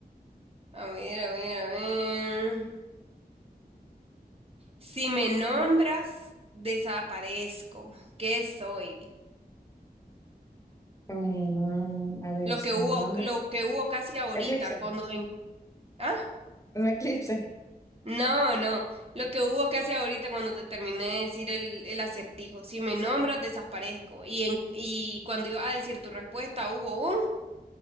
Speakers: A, on the right; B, on the left.
A: a ver, a ver, a ver. Si me nombras, desaparezco. ¿Qué soy?
B: Mm, a ver,
A: Lo
B: si
A: que hubo,
B: no
A: lo que hubo casi ahorita,
B: Eclipse,
A: cuando en... ¿Ah?
B: un eclipse.
A: No, no. Lo que hubo casi ahorita cuando te terminé de decir el, el acertijo. Si me nombras, desaparezco. Y, en, y cuando iba a decir tu respuesta, hubo un.